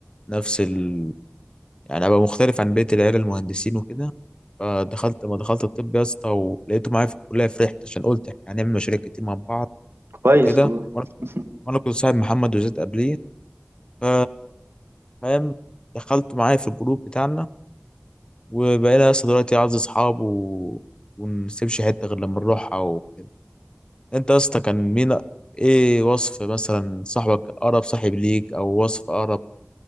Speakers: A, on the left (about 25°); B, on the right (about 80°).
A: نفس ال يعني أبقى مختلف عن بقية العيال المهندسين وكده فدخلت ما دخلت الطب يا اسطى ولقيته معايا في الكلية فرحت عشان قلت إحنا هنعمل مشاريع كتير مع بعض
B: كويس
A: وكده
B: والله
A: وأنا
B: <laughs>
A: وأنا كنت صاحب محمد وزيد قبليه ف فاهم دخلته معايا في الجروب بتاعنا وبقينا يا اسطى دلوقتي اعز اصحاب و... ونسيبش حته غير لما نروحها وكده انت يا اسطى كان مين ايه وصف مثلا صاحبك اقرب صاحب ليك او وصف اقرب